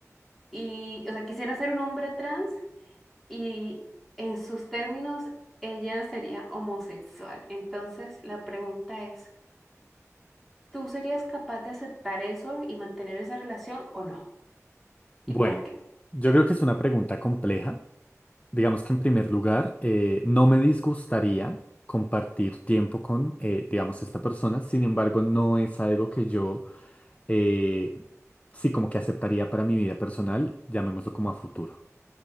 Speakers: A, in the centre; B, on the left (about 25°).
A: Y, o sea, quisiera ser un hombre trans y en sus términos ella sería homosexual. Entonces la pregunta es, ¿tú serías capaz de aceptar eso y mantener esa relación o no?
B: Bueno,
A: ¿Y por qué?
B: yo creo que es una pregunta compleja. Digamos que en primer lugar, eh, no me disgustaría compartir tiempo con, eh, digamos, esta persona. Sin embargo, no es algo que yo, eh, sí, como que aceptaría para mi vida personal, llamémoslo como a futuro